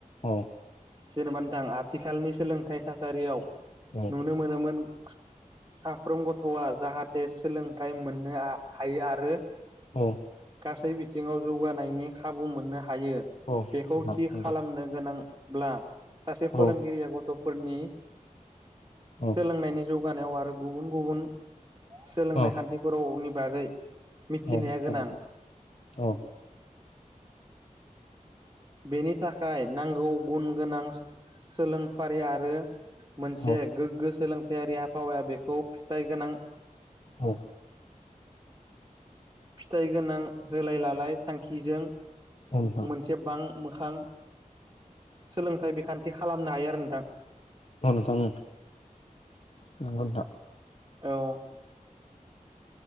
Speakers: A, on the left; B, on the right.
A: औ
B: जेनेबा आं आथिखालनि सोलोंथाइ थासारियाव
A: औ
B: नुनो मोनोमोन साफ्रोम गथ'आ जाहाथे सोलोंथाइ मोननो हायो आरो
A: औ
B: गासै बिथिङाव जौगानायनि खाबु मोननो हायो
A: औ नोंथां
B: बेखौ थि
A: नंगौ
B: खालामनो गोनां ब्ला सासे फोरोंगिरिया
A: औ
B: गथ'फोरनि
A: औ
B: सोलोंनायनि जौगानायाव आरो गुबुन गुबुन सोलोंनाय
A: औ
B: खान्थिफोरावनि बागै मिथिनाया
A: औ
B: गोनां
A: औ औ
B: बेनि थाखाय नांगौ गुन गोनां सोलोंफारि आरो मोनसे
A: औ
B: गोग्गो सोलोंथाययारि आबहावाया बेखौ फिथाइ गोनां
A: औ
B: फिथाइ गोनां होलाय लालाय थांखिजों
A: नोंथां
B: मोनसे बां मोखां सोलोंथाइ बिखान बिदि खालामनो हायो आरो नोंथां
A: औ नोंथां नंगौ नोंथां
B: औ